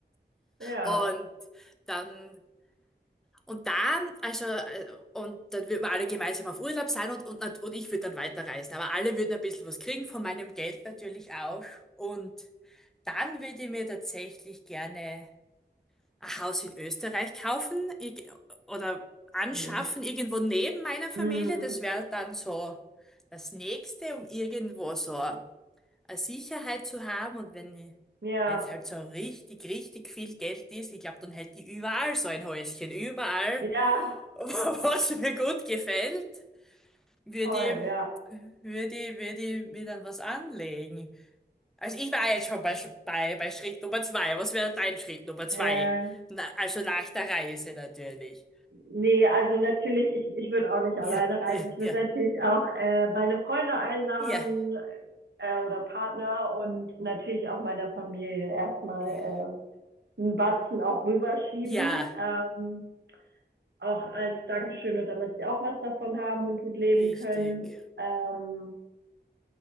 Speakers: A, on the right; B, in the centre.
A: Ja,
B: Und dann, und dann, also, äh, und dann würden wir alle gemeinsam auf Urlaub sein und, und, nat- und ich würde dann weiterreisen. Aber alle würden ein bisschen was kriegen von meinem Geld natürlich auch. Und dann würde ich mir tatsächlich gerne ein Haus in Österreich kaufen irg- oder anschaffen,
A: Schön.
B: irgendwo neben meiner Familie.
A: mhm.
B: Das wäre dann so das nächste, um irgendwo so. eine Sicherheit zu haben und wenn
A: Ja,
B: wenn es halt so richtig, richtig viel Geld ist, ich glaube, dann hätte ich überall so ein Häuschen, überall,
A: ja,
B: <laughs> was mir gut gefällt, würde
A: voll,
B: ich,
A: ja.
B: würde ich, würde ich mir dann was anlegen. Also ich war jetzt schon bei, Sch- bei, bei Schritt Nummer zwei. Was wäre dein Schritt Nummer zwei?
A: ja
B: Na, also nach der Reise natürlich.
A: nee, also natürlich, ich, ich würde auch nicht
B: Ja,
A: alleine reisen.
B: ja,
A: Ich würde
B: ja,
A: natürlich auch äh, meine Freunde einladen
B: ja,
A: äh, oder Partner und natürlich auch meiner Familie erstmal.
B: ja,
A: äh, 'n Batzen auch rüberschieben,
B: ja,
A: ähm, auch als Dankeschön und damit sie auch was davon haben und gut leben
B: richtig.
A: können. Ähm,